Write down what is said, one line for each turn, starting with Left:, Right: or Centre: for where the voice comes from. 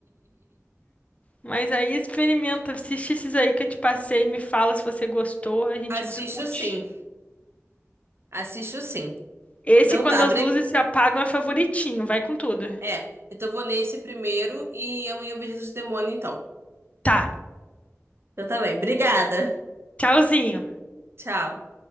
Left: Mas aí experimenta, assiste esses aí que eu te passei, me fala se você gostou, a gente
Right: Assisto
Left: discute.
Right: sim, assisto sim.
Left: Esse,
Right: Então
Left: quando
Right: tá,
Left: as
Right: bre...
Left: luzes se apagam, é favoritinho, vai com tudo.
Right: é, então vou nesse primeiro e amanhã eu vejo os demônios então.
Left: Tá,
Right: Então tá bem, obrigada.
Left: tchauzinho.
Right: Tchau.